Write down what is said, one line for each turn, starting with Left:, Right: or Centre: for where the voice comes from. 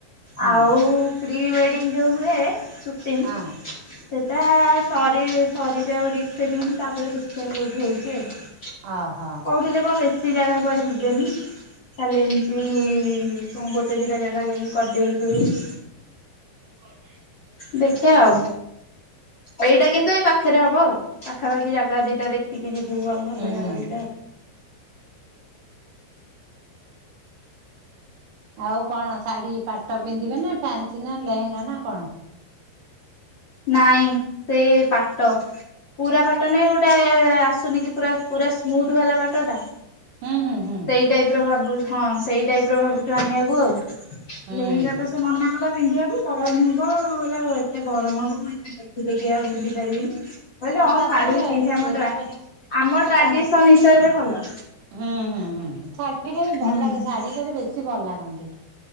Right: ହୁଁ
Left: ଆଉ ପ୍ରି ୱେଡିଙ୍ଗ ଯୋଉ ହୁଏ ସୁଟିଂ
Right: ହଁ
Left: ସେଇଟା ସରି-ସରିଯାଉ ରିଙ୍ଗ୍ ସେରିମନି ତା ପରେ ଦେଖିଆ କୋଉଠି ହଉଛି ଆଉ।
Right: ଓହୋ
Left: କହୁଥିଲେ କଣ ବେଶୀ ଜାଗା କୁଆଡେ ଯିବେନି। ଖାଲି ଏମିତି କଣ ଗୋଟେ ଦିଟା ଜାଗା ଯାଇକି କରିଦେଇକି। <unintelligible>
Right: ହେ
Left: ଦେଖିଆ ଆଉ। ଏଇଟା କିନ୍ତୁ ଏଇ ପାଖେରେ ହବ ଆଉ। ପାଖାପାଖି ଜାଗା ଦିଟା ଦେଖିକି ଯିବୁ ଆଉ ଭଲ
Right: ହୁଁ
Left: ଜାଗା ଦିଟା ଆଉ।
Right: ଆଉ କଣ ଶାଢୀ ପାଟ ପିନ୍ଧିବେ ନା ଫ୍ୟାନ୍ସି ନା ଲେହେଙ୍ଗା ନା କଣ?
Left: ନାଇଁ ସେ ପାଟ। ପୁରା ପାଟ ନାଇ ଗୋ ଟେ ଆସୁନି କି ପୁରା ପୁରା ସ୍ମୁୁୁଥ୍ ବାଲା ପାଟ ଟା।
Right: ହୁଁ ହୁଁ ହୁଁ।
Left: ସେ ଟାଇପର ଭାବୁ ହଁ ସେଇ ଟାଇପର ଭାବୁଛୁ ଆଣିବାକୁ ଆଉ।
Right: ହୁଁ
Left: ଲେହେଙ୍ଗା ତ ସେ ମନା କଲା ପିନ୍ଧିବାକୁ। ଗରମ ହବ କହିଲା ଏତେ ଗରମ ହବ ମୁଁ ଏତେ ଟେକି ଟେକି ଆଉ ବୁଲି ପାରିବିନି। ମୁଁ କହିଲି ହଁ
Right: ତାପରେ
Left: ଶାଢୀ ବି ପିନ୍ଧ୍
Right: ସେଟା
Left: ଆମ ଟ୍ରା ଆମ ଟ୍ରାଡିସନ
Right: ତାପ
Left: ହିସାବରେ ଭଲ।
Right: ହୁଁ ହୁଁ ହୁଁ ହୁଁ ଶାଢୀଟା ବି
Left: ହୁଁ
Right: ଭଲ ଲାଗେ ଶାଢୀଟାରେ ବେଶୀ ଭଲ ଲାଗନ୍ତି।